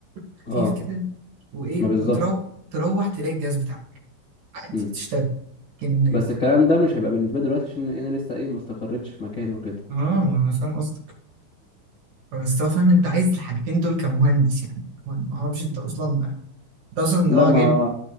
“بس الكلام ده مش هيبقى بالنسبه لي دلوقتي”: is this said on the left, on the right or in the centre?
Left